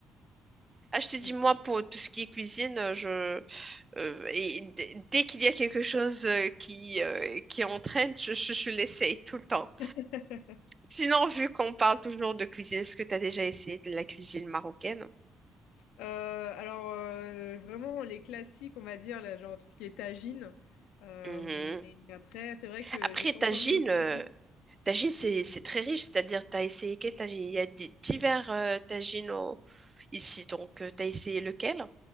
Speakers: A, on the right; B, on the left.
A: Ah, je te dis,
B: <laughs>
A: moi, pour tout ce qui est cuisine, euh, je, euh, et d- dès qu'il y a quelque chose euh, qui, euh, qui entraîne, je, je, je l'essaye tout le temps.
B: ok.
A: Sinon, vu qu'on parle toujours de cuisine, est-ce que tu as déjà essayé de la cuisine marocaine?
B: Euh, alors euh, vraiment les classiques on va dire là, genre tout ce qui est tagine Euh,
A: Mhm.
B: et après c'est vrai que
A: Après,
B: j'ai pas
A: tagine,
B: encore eu l'occasion
A: euh, tagine, c'est, c'est très riche, c'est-à-dire, tu as essayé quel tagine? Il y a di- divers euh, tagines au- ici, donc, tu as essayé lequel?